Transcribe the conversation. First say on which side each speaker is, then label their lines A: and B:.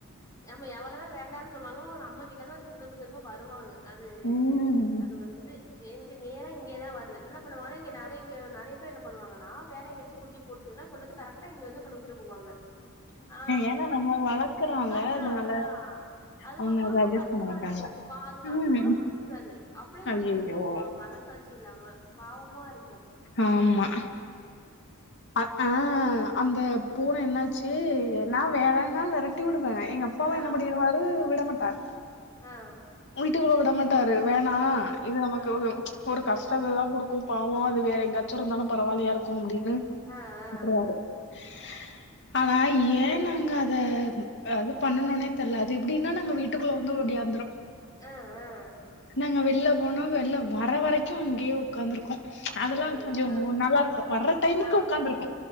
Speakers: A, on the left; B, on the left.
A: நம்ம எவ்ளதா வேண்டான் சொன்னாலு நம்ம கிட்டதா திரும்ப திரும்ப வருவாங்க அது
B: ம்.
A: அது ஒரு இது எங்க நேரா இங்கியே தா வருது இன்னா பண்ணுவானா இங்க நெறை இங்க நெறைய பேர் என்ன பண்ணுவாங்கன்னா வேற எங்கயாச்சு குட்டி போட்டுச்சின்ன கொண்டு வந்து கரெட் டா இங்க வந்து கொண்டு விட்டு போவாங்க ஆ
B: ஏன்னா நம்ம வளர்க்குறோம்ல,
A: அதா
B: அதனால
A: அதா அது
B: அவங்க
A: <unintelligible>
B: அத அட்ஜஸ்ட்
A: கஷ்டமாருக்கு
B: பண்ண மாட்டாங்க.
A: பாவ அது கண்ணு
B: ம்.
A: கூட மு ழிச்சிருக்காது அப்டியே கொண்டுந்து
B: ஐயய்யோ!
A: விட்டுட்டு போவாங்க மனசாட்சி இல்லாம பாவமாருக்கு
B: ஆமா அதா அந்த பூன என்னாச்சு நா வேறன்னா வெரட்டி விடுவே எங்க அப்பாவு
A: ஆ
B: என்ன பண்ணிருவாரு விடமாட்டார்
A: ஆ
B: வீட்டுக்குள்ள விட மாட்டாரு வேணா
A: ம்
B: இது நமக்கு
A: ம்
B: ஒரு கஷ்டத்த தா குடுக்கு பாவோ அது வேற எங்காச்சு இருந்தாலு பரவால்லையா இருக்கு அப்டின்னு
A: ஆ ஆ
B: விட்டுருவாரு <inaudible> ஆனா ஏ நாங்க அத அது பண்ணனுனே தெர்ல அது எப்டின்னா நாங்க வீட் டுக்குள்ள வந்து ஓடியாந்துரு
A: ஆ ஆ
B: நாங்க வெள்ல போனா வெள்ல வர வரைக்கு இங்கயே உக்காந்துருக்கு அதெல்லா
A: அப்டியா
B: கொஞ்சோ நல்லாருக்கு வர டைமுக்கு
A: ஆ
B: உக்காந்துருக்கு